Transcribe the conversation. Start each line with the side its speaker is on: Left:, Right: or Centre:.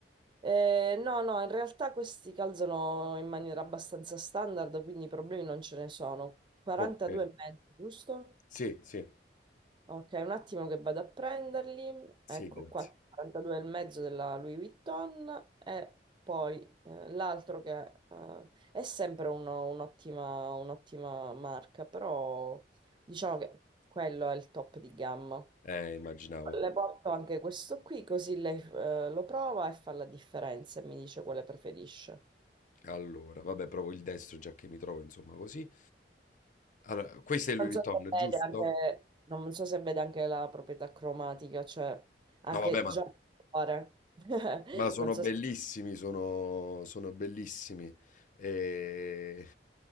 Right: Eh, no, no, in realtà questi calzano in maniera abbastanza standard, quindi problemi non ce ne sono. 42
Left: Ok,
Right: e mezzo, giusto?
Left: sì, sì,
Right: Ok, un attimo che vado a prenderli.
Left: sì,
Right: Ecco
Left: grazie.
Right: qua, 42 e mezzo della Louis Vuitton e poi eh, l'altro che eh, è sempre uno- un'ottima un'ottima marca, però diciamo che quello è il top di gamma.
Left: Eh, immaginavo.
Right: Le porto anche questo qui, così lei eh, lo prova e fa la differenza e mi dice quale preferisce.
Left: Allora, vabbè, provo il destro già che mi trovo, insomma, così. Allora, questo è Louis
Right: Non so
Left: Vuitton,
Right: se vede
Left: giusto?
Right: anche, non so se vede anche la proprietà cromatica, cioè anche
Left: No, vabbè, ma,
Right: già il colore. <laughs>
Left: ma sono
Right: Non so
Left: bellissimi,
Right: se...
Left: sono, sono bellissimi. E...